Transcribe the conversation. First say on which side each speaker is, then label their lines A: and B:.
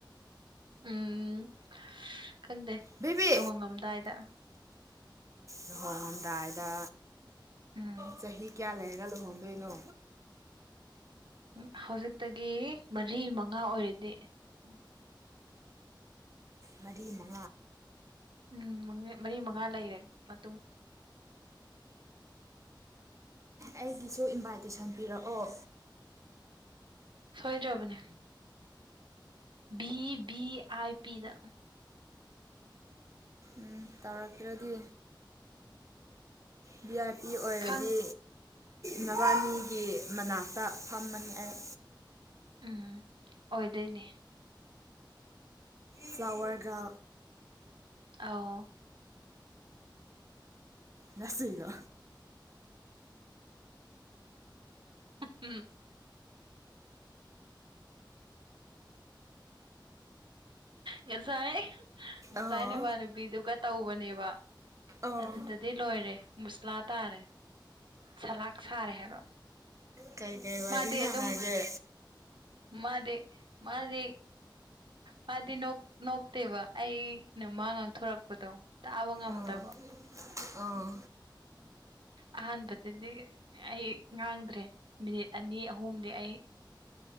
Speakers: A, on the right; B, on the right.
A: ꯎꯝ ꯈꯪꯗꯦ
B: ꯕꯦꯕꯤ
A: ꯂꯨꯍꯣꯡꯉꯝꯗꯥꯏꯗ
B: ꯂꯨꯍꯣꯡꯉꯝꯗꯥꯏꯗ
A: ꯎꯝ
B: ꯆꯍꯤ ꯀꯌꯥ ꯂꯩ ꯀ ꯂꯨ ꯍꯣꯡꯗꯣꯏꯅꯣ
A: ꯎꯝ ꯍꯧꯖꯤꯛꯇꯒꯤ ꯃꯔꯤ ꯃꯉꯥ ꯑꯣꯏꯔꯤꯗꯤ ꯎꯝ
B: ꯃꯔꯤꯃ
A: ꯎꯝ ꯃꯔꯤ ꯃꯉꯥ ꯂꯩꯔꯦ ꯃꯇꯨꯡ
B: ꯑꯩꯒꯤꯁꯨ ꯏꯟꯚꯥꯏꯇꯦꯁꯟ ꯄꯤꯔꯛꯑꯣ
A: ꯁꯣꯏꯗ꯭ꯔꯕꯅꯦ ꯚꯤ ꯚꯤ ꯑꯥꯏ ꯄꯤꯗ
B: ꯎꯝ ꯇꯧꯔꯛꯛꯇꯔꯗꯤ ꯚꯤ ꯑꯥꯥꯏ ꯄꯤ ꯑꯣꯏꯔꯗꯤ
A: ꯈꯪ
B: ꯅꯕꯥꯅꯤꯒꯤ ꯃꯅꯥꯛꯇ ꯐꯝꯃꯅꯤ ꯑꯩ
A: ꯎꯝ ꯑꯣꯏꯗꯣꯏꯅꯦ
B: ꯐ꯭ꯂꯥꯋꯔꯒ
A: ꯑ
B: ꯌꯥꯁ ꯏꯂ
A: <unintelligible> ꯎꯝ ꯉꯁꯥꯏ ꯉꯁꯥꯏ
B: ꯑꯥ
A: ꯅꯋꯥ ꯅꯨꯨꯄꯤꯗꯨꯒ ꯇꯧꯕꯅꯦꯕ
B: ꯑꯥ
A: ꯑꯗꯨꯗꯗꯤ ꯂꯣꯏꯔꯦ ꯃꯨꯁꯂꯥ ꯇꯥꯔꯦ ꯁꯂꯥꯥꯛ ꯁꯥꯔꯦ ꯍꯥꯏꯕ
B: ꯀꯩꯀꯩ ꯋꯥꯔꯤ
A: ꯃꯥꯗꯤ
B: ꯁꯥꯟꯅꯒꯦ
A: ꯑꯗꯨꯝ ꯃꯥꯗꯤ ꯃꯥꯗꯤ ꯃꯥꯗꯤ ꯅꯣꯛꯇꯦꯕ ꯑꯩꯅ ꯃꯥ ꯉꯥꯡꯊꯣꯔꯛꯄꯗꯣ ꯇꯥꯕ ꯉꯝꯗꯕ
B: ꯑꯥ ꯑꯥ
A: ꯑꯍꯥꯟꯕꯕꯠꯇꯗꯤ ꯑꯩ ꯉꯥꯡꯗ꯭ꯔꯦ ꯃꯤꯅꯤꯠ ꯑꯅꯤ ꯑꯍꯨꯝꯗꯤ ꯑꯩ